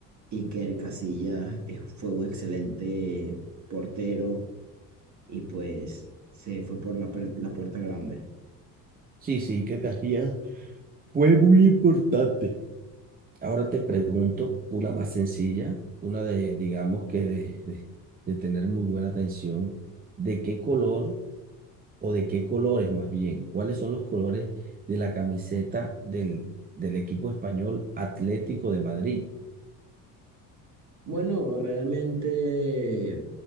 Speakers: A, on the right; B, on the right.
A: Iker Casillas eh, fue un excelente portero y pues se fue por la, per- la puerta grande.
B: Sí, sí, que Casillas Fue muy importante. Ahora te pregunto una más sencilla, una de, digamos que de, de- de tener muy buena atención. ¿De qué color o de qué colores más bien? ¿Cuáles son los colores de la camiseta del, del equipo español Atlético de Madrid?
A: Bueno, realmente